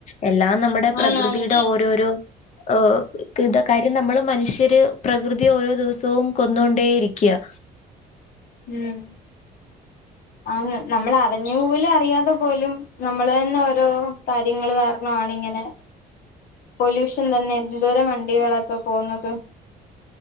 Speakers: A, on the left; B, on the left.
A: എല്ലാം നമ്മുടെ പ്രകൃതിയുടെ
B: ആന്നാന്ന്
A: ഓരോരോ ഈഹ് <unintelligible> കാര്യം നമ്മള് മനുഷ്യര് പ്രകൃതി ഓരോ ദിവസവും കൊന്നൊണ്ടേയിരിക്കുവ
B: ഉം ആന്ന് നമ്മൾ അറിഞ്ഞു പോലും അറിയാതെ പോലും നമ്മള് തന്നെ ഓരോ കാര്യങ്ങള് കാരണം ആണ് ഇങ്ങനെ പൊല്യൂഷൻ തന്നെ എന്തോരം വണ്ടികളാ ഇപ്പൊ പോകുന്നത്